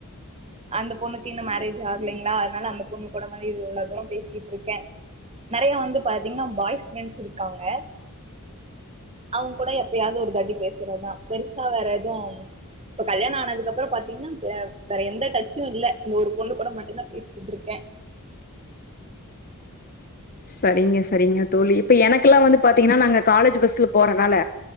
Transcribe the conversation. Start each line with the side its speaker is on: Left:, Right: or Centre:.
Right: அந்த பொண்ணுக்கு இன்னும் மேரேஜ் ஆகலைங்களா அதனால அந்த பொண்ணு கூட மாதிரி இது உள்ள தூரம் பேசிட்டு இருக்கேன் நிறைய வந்து பாத்தீங்கன்னா பாய்ஸ் ஃப்ரெண்ட்ஸ் இருக்காங்க அவங்க கூட எப்பயாவது ஒரு தாட்டி பேசுறதுதான் பெருசா வேற எதும் இப்ப கல்யாணம் ஆனதுக்குப்புறம் பாத்தீங்கன்னா ஏஸ் வேற எந்த டச் இல்ல இந்த ஒரு பொண்ணு கூடம் மட்டும்தான் பேசிட்டு இருக்கேன்
Left: சரிங்க சரிங்க தோழி இப்ப எனக்கெல்லாம் வந்து பாத்தீங்கன்னா நாங்க காலேஜ் பஸ்ல போறனால